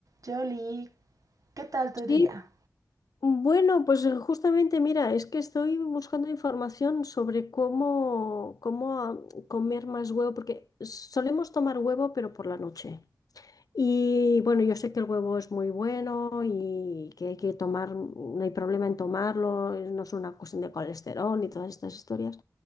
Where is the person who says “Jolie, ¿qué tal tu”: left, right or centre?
Right